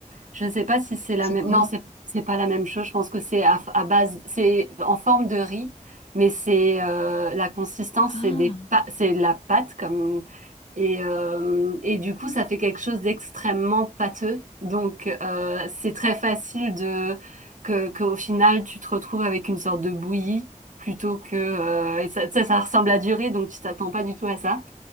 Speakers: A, on the right; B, on the left.
A: je ne sais pas si c'est la
B: C'est
A: même,
B: quoi?
A: non, c'est, c'est pas la même chose, je pense que c'est à, à base, c'est en forme de riz, mais c'est euh, la consistance,
B: Ah,
A: c'est des pa- c'est de la pâte, comme, et, euh, et du coup, ça fait quelque chose d'extrêmement pâteux, donc euh, c'est très facile de, que, qu'au final, tu te retrouves avec une sorte de bouillie. plutôt que... euh, et ça, ça, ça ressemble à du riz, donc tu t'attends pas du tout à ça.